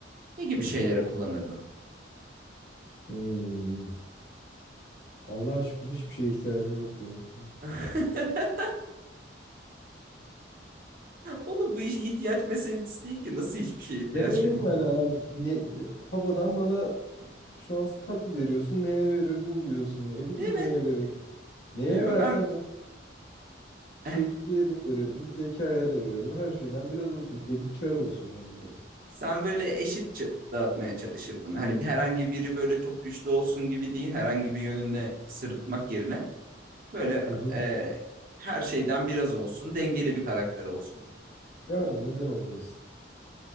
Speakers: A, on the right; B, on the left.
A: Ne gibi
B: Hı
A: şeylere
B: hı.
A: kullanırdın?
B: Hmm. Allah'a şükür hiçbir şeye ihtiyacım yok diyormuşum.
A: <laughs> Oğlum bu iş ihtiyaç meselesi değil ki. Nasıl hiçbir şeye ihtiyacım
B: Demedim
A: yok?
B: yani abi. Ne, havadan bana şu an tat veriyorsun. Neye verirdin diyorsun. Ne bileyim
A: Evet.
B: neye veririm. Neye
A: Bilmiyorum
B: versem
A: ben
B: et-
A: <laughs>
B: Çevikliğe de verirdim, zekaya da verirdim. Her şeyden biraz olsun. Edip Çar olsun yani biraz.
A: Sen böyle eşitçe dağıtmaya çalışırdın. Hani bir- herhangi biri böyle çok güçlü olsun gibi değil, herhangi bir yönünde sırıtmak yerine böyle
B: Hı hı.
A: e, her şeyden biraz olsun, dengeli bir karakter olsun.
B: Yani neden olmasın?